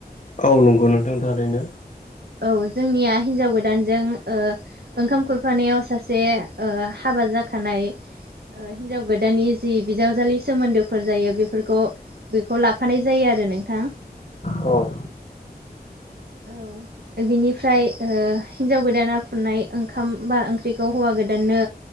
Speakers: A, on the left; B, on the right.
A: औ नंगौ नोंथां थारैनो।
B: औ जोंनिया हिन्जाव गोदानजों ओ ओंखाम खुरफानायाव सासे ओ हाबा जाखानाय ओ हिन्जाव गोदाननि जि बिजावजालि सोमोन्दोफोर जायो बेफोरखौ बेखौ लाफानाय जायो आरो नोंथां
A: औ
B: औ बिनिफ्राय ओ हिनजाव गोदाना फुननाय ओंखाम बा ओंख्रिखौ हौवा गोदाननो